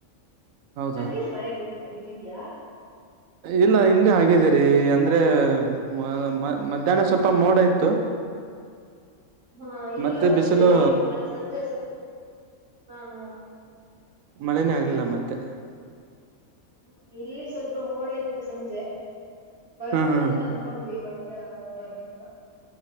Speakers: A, on the right; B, on the right.
A: ಹೌದಾ
B: ಅಲ್ಲಿ ಮಳೆ ಬಿತ್ ಬಿದ್ದಿದ್ಯಾ.
A: ಇಲ್ಲ ಇಲ್ಲಿ ಆಗಿದರಿ ಅಂದ್ರ ಮ ಮ ಮಧ್ಯಾನ ಸ್ವಲ್ಪ ಮೋಡ ಇತ್ತು.
B: ಹಾ ಇಲ್ಲೂ
A: ಮತ್ತೆ
B: ಅಷ್ಟೇ
A: ಬಿಸಿಲು
B: ಈಗ ಅ ಸಂಜೆ ಸ್ವ ಹಾ ಹಾ
A: ಮಳೆನೇ ಆಗಿಲ್ಲ ಮತ್ತೆ
B: ಹ್ಮ ಇಲ್ಲಿ ಸ್ವಲ್ಪ ಮೋಡ ಇತ್ತು ಸಂಜೆ ಬರತ್ತೆ
A: ಹಾ ಹಾ
B: ಅಂತ ಅನ್ ಕೊಂಡ್ವಿ ಬಟ್ ಬರ್ಲಿಲ್ಲ.